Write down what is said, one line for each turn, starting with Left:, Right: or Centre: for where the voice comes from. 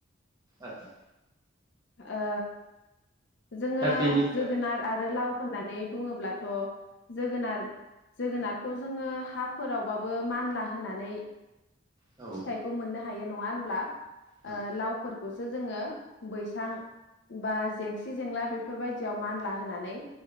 Right: आदसा।
Left: ओ जोङो
Right: दा बेनिफ्राय
Left: जोगोनार आरो लाव होननानै बुङोब्लाथ' जोगोनार जोगोनारखौ जोङो हाफोरावबाबो मानला होनानै
Right: औ
Left: फिथाइखौ मोननो हायो नंङा होनब्ला
Right: उम,
Left: ओ लाव फोरखौसो जोङो बैस सां बा जेंसि जेंला बेफोरबायदियाव मानला होनानै